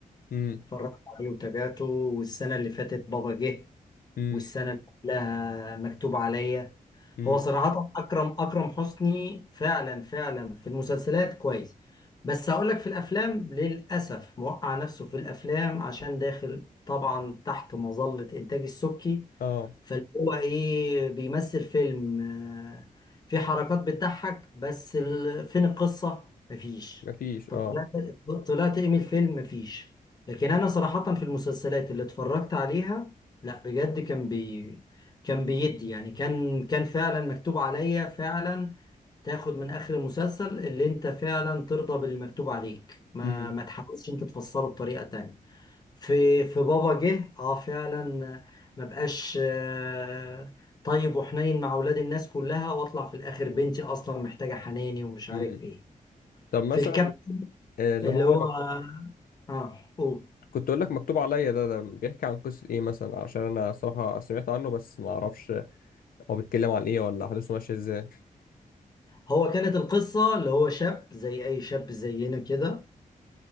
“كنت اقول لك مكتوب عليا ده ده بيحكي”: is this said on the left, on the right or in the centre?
Left